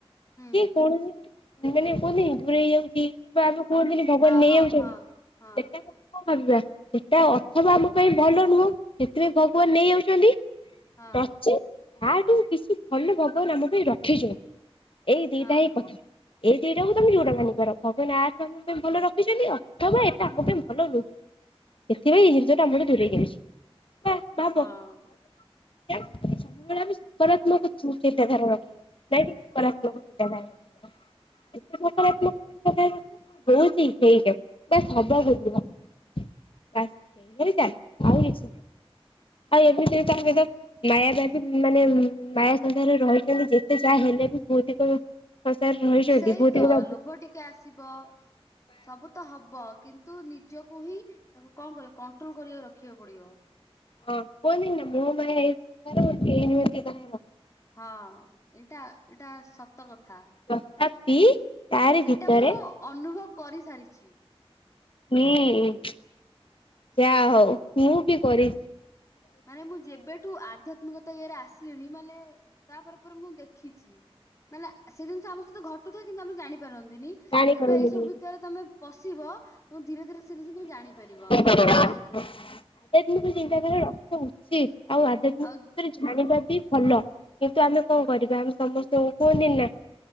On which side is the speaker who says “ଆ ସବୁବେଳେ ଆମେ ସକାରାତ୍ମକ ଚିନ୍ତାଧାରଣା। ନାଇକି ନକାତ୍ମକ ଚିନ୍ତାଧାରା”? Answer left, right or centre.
Left